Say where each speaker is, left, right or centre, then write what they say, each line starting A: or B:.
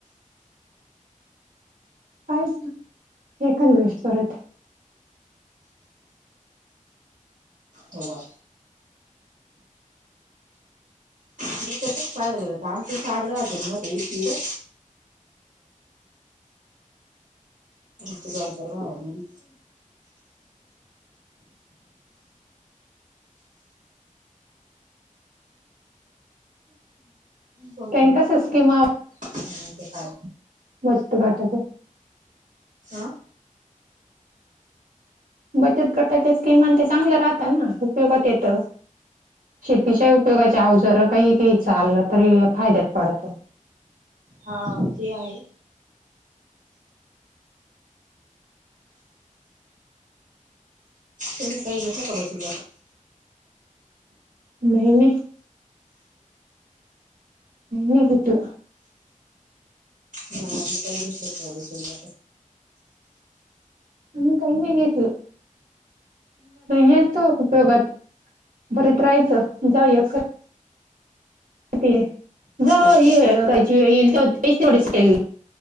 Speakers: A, on the right; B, on the right.
A: कायच एकंदळेस परत
B: होवा मी तर तेच पाय गलं तम ते साड दल म तेड च दन चारवा मरी बचाल
A: त्यांनी कसं स्कीमा
B: ह ते काय
A: बस्त घाटाचे.
B: हा.
A: बचत गटाच्या स्कीम आणि ते चांगलं राहत ना उपयोगात येत. शेतीच्या उपयोगाच्याव जर काही घ्यायचं आलं तरी फायद्यात पडत.
B: हा ते आहे तर मी काही घेतलं का बसूट
A: नाही नाही ह गत
B: मला आपलं काही घेतलंय का बसरी
A: आणिम् काही म गयेतल येतो उपयोगात भरीत राहायचं जाऊया. ते जा
B: काय
A: ये
B: काय
A: कायची वेळ येईल तर तेवढच केल.